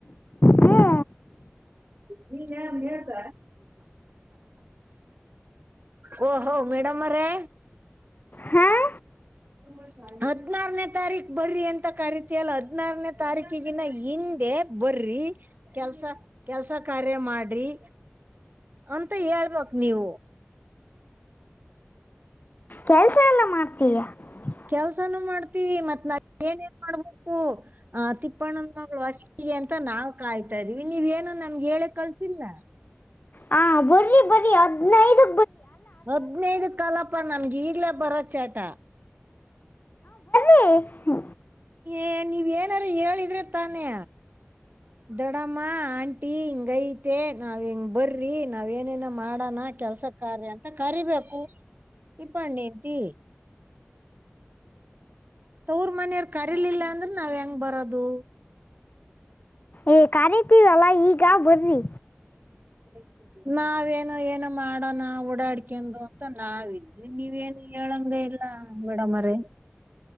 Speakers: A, on the left; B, on the right.
A: ಹ್ಞೂ
B: ನೀನ್ ಹೇಳ್ತ ಓ ಹ ಮೇಡಮ್ಮರೆ.
A: ಹಾಂ
B: <inaudible> ಹದ್ನಾರನೇ ತಾರೀಕ್ ಬರ್ರಿ ಅಂತ ಕರೀತ ಅಲ್ಲ ಹದ್ನಾರನೇ ತಾರೀಕಿಗಿನ ಹಿಂದೆ ಬರ್ರಿ ಕೆಲ್ಸ ಕೆಲ್ಸ ಕಾರ್ಯ ಮಾಡ್ರಿ ಅಂತ ಹೇಳ್ಬಕ್ ನೀವು.
A: ಕೆಲಸ <unintelligible>
B: ಕೆಲ್ಸಾನು ಮಾಡ್ತೀವಿ ಮತ್ ನಾ ಏನ್ ಏನ್ ಮಾಡ್ಬೇಕು ಆ ತಿಪ್ಪಣ್ಣನ್ ಮಗ್ಳ್ ವಸ್ಗೀ ಮತ್ತ ನಾವ್ ಕಾಯ್ತಾ ಇದ್ದೀವಿ ನೀವ ಏನು ನಮ್ಗೆ ಹೇಳೆ ಕಳ್ಸಿಲ್ಲ.
A: ಹಾ ಬರ್ರಿ ಬರ್ರಿ ಹದ್ನೈದು
B: ಹದ್ನೈದ ಕಲಪ ನಮ್ಗೆ ಈಗ್ಲೇ ಬರೋ ಚಟ.
A: ಹ್ಮ.
B: ಏ ನೀವೇಏನಾರ ಹೇಳಿದ್ರೆ ತಾನೇ. ದಡಮ್ಮ ಆಂಟಿ ಹಿಂಗಐತೆ ನಾವ್ ಹೆಂಗ್ ಬರ್ರಿ ನಾವ್ ಏನೇನ ಮಾಡನ. ಕೆಲ್ಸ ಕಾರ ಅಂತ ಕರಿಬೇಕು ಇಪ್ಪಣ್ಣಿಟಿ. ತವ್ರ ಮನೆಯರ್ ಕರಿಲಿಲ್ಲ ಅಂದ್ರ ನಾವ್ ಹೆಂಗ ಬರೋದು.
A: ಏ ಕಾಣಿತೀವಲ್ಲ ಈಗ ಬರ್ರಿ.
B: <inaudible> ನಾವೇನು ಏನ ಮಾಡೋಣ ಓಡಾಡ್ಿಕಂದು ಅಂತ ನಾವಿದ್ವಿ ನೀವ ನು ಹೇಳಂಗ. ಮೇಡಮರೆ.